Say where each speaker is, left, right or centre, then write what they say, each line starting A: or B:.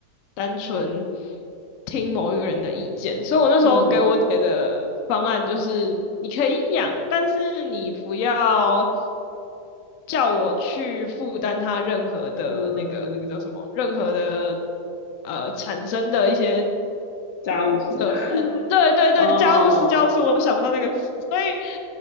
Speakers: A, on the left; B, on the left.
A: 单纯听某一个人的意见。所以我那时候给我姐的方案就是，
B: 嗯
A: 你可以养，但是你不要。叫我去负担他任何的那个那个叫什么，
B: 嗯，
A: 任何的呃产生的一些
B: 家务事。
A: 呃，对对对，
B: 哦，
A: 家务事家务事，我想不到那个词，所以